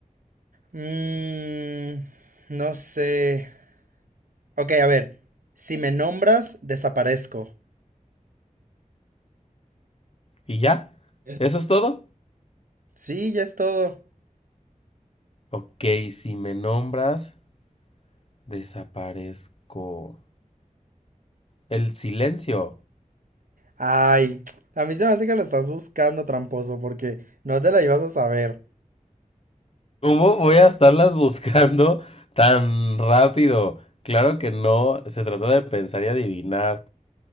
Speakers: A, on the right; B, on the left.
A: mm, no sé. Ok, a ver. Si me nombras, desaparezco.
B: ¿Y ya?
A: Es-
B: ¿Eso es todo?
A: Sí, ya es todo.
B: Ok, si me nombras, desaparezco. El silencio.
A: Ay, a mí se me hace que lo estás buscando, tramposo, porque no te la ibas a saber.
B: ¿Cómo voy a estarlas buscando tan rápido? Claro que no, se trata de pensar y adivinar.